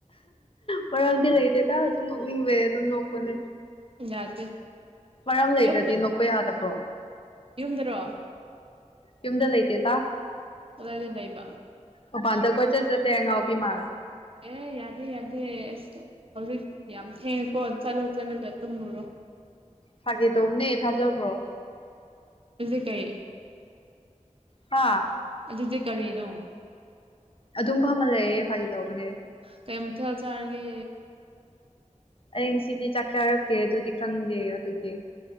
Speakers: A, on the left; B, on the right.
A: ꯃꯔꯝꯗꯤ ꯂꯩꯇꯦꯗ ꯑꯗꯨꯝ ꯅꯣꯛꯅꯤꯡꯕꯩ ꯑꯗꯨꯝ ꯅꯣꯛꯄꯅꯦ
B: ꯌꯥꯗꯦ
A: ꯃꯔꯝ ꯂꯩꯇ꯭ꯔꯗꯤ
B: ꯌꯨꯝꯗ
A: ꯅꯣꯛꯄ ꯌꯥꯗꯕ꯭ꯔꯣ
B: ꯌꯨꯝꯗꯔꯣ
A: ꯌꯨꯝꯗ ꯂꯩꯇꯦꯗ
B: ꯀꯗꯥꯢꯗ ꯂꯩꯕ
A: ꯃꯄꯥꯟꯗ ꯀꯣꯢꯆꯠ ꯆꯠꯂꯦ ꯑꯉꯥꯎꯕꯤ ꯃꯥꯜꯂ
B: ꯑꯦ ꯌꯥꯗꯦ ꯌꯥꯗꯦ ꯑꯁ ꯍꯧꯖꯤꯛ ꯌꯥꯝ ꯊꯦꯡꯉꯦꯀꯣ ꯆꯠꯂꯣ ꯆꯠꯂꯒ ꯇꯨꯝꯃꯨꯔꯣ
A: ꯐꯥꯒꯤ ꯇꯧꯕꯅꯦ ꯊꯥꯖꯕ꯭ꯔꯣ
B: ꯗꯨꯗꯤ ꯀꯩ
A: ꯍꯥ
B: ꯑꯗꯨꯗꯤ ꯀꯔꯤꯅꯣ
A: ꯑꯗꯨꯝ ꯐꯝꯃꯒ ꯂꯩ ꯐꯥꯒꯤ ꯇꯧꯕꯅꯦ
B: ꯀꯩ ꯃꯊꯦꯜ ꯆꯥꯔꯒꯦ
A: ꯑꯩ ꯉꯁꯤꯗꯤ ꯆꯥꯛ ꯆꯥꯔꯛꯇꯦ ꯑꯗꯨꯗꯤ ꯈꯪꯗꯦ ꯑꯗꯨꯒꯤ